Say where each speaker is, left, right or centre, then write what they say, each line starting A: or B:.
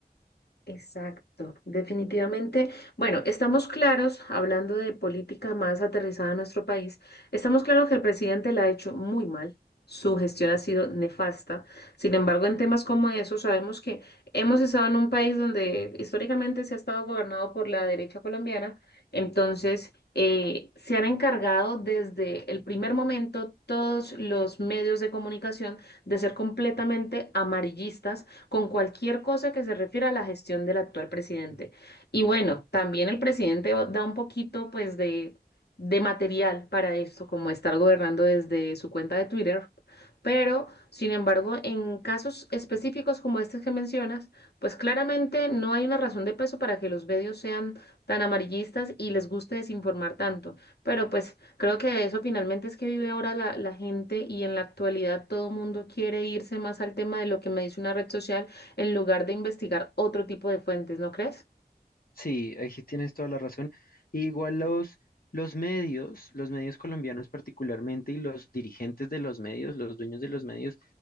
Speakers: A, on the left; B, on the left.
A: Exacto, definitivamente. Bueno, estamos claros, hablando de política más aterrizada a nuestro país, estamos claros que el presidente la ha hecho muy mal, su gestión ha sido nefasta. Sin embargo, en temas como esos, sabemos que hemos estado en un país donde históricamente se ha estado gobernado por la derecha colombiana, entonces eh, se han encargado desde el primer momento todos los medios de comunicación de ser completamente amarillistas con cualquier cosa que se refiera a la gestión del actual presidente. Y bueno, también el presidente va- da un poquito pues de, de material para esto, como estar gobernando desde su cuenta de Twitter. Pero, sin embargo, en casos específicos como este que mencionas, pues claramente no hay una razón de peso para que los medios sean tan amarillistas y les guste desinformar tanto. Pero pues Creo que de eso finalmente es que vive ahora la, la gente y en la actualidad todo el mundo quiere irse más al tema de lo que me dice una red social en lugar de investigar otro tipo de fuentes, ¿no crees?
B: Sí, ahí sí tienes toda la razón. Y igual los, los medios, los medios colombianos particularmente y los dirigentes de los medios, los dueños de los medios,